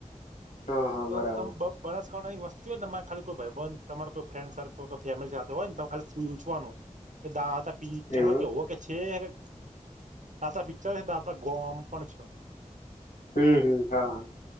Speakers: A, on the left; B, on the right.
A: હા હા
B: <unintelligible>
A: બરાબર
B: બનાસકાંઠાની વસ્તી હોય ને એમા કોઈ ખાલી ભાઈબન, તમારું કોઈ ફ્રેન્ડ સર્કલ, કે ફેમિલી સાથે હોય ને તો ખાલી પૂછવાનું. કે દાતા પિક્ચહ
A: એવું
B: કે હોકે છે, અને દાતા પિક્ચર હેન, દાતા ગોમ પણ છો.
A: હમ હમ હાા